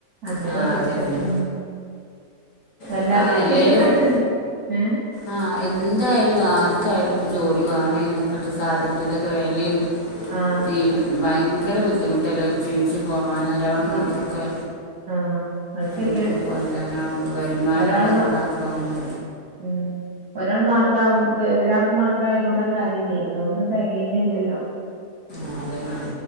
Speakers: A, on the right; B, on the left.
A: അങ്ങനെ
B: ആ
A: ഓരോരുത്തര്
B: അതന്നെ
A: ഉം എല്ലാർക്കും
B: ഇപ്പോൾ
A: എന്തെങ്കിലും
B: എല്ലാവരും
A: ആയിട്ട് ഏഹ്
B: ആഹ് എന്തായാലും ആർക്കായാലും ഇപ്പ ജോലി വേണേനും ഇപ്പത്തെ സാധനത്തിൻ്റെയൊക്കെ വെലയും
A: ആഹ്
B: ജീവി ഭയങ്കര ബുദ്ധിമുട്ടല്ലെ ജീവിച്ച് പോവാനും ഒരാള്
A: ജി
B: മാത്രൊക്കെ
A: ആഹ് അത് ശരിയാണ്
B: വീട്ട്ക്ക് കൊണ്ടരാനാവുമ്പം വരുമാനം
A: ഒരാള്
B: ഒരാക്ക്
A: മ
B: മാത്രം ആവുമ്പം
A: ഉം ഒരാൾ മാത്ര ആവുമ്പ് ഒ ഒരാൾക്ക് മാത്രം ആയത് കൊണ്ട് ആ കാര്യല്ലേ അതോണ്ടൊന്നും തെകയുന്നില്ലല്ലോ
B: ആഹ് അതന്നെ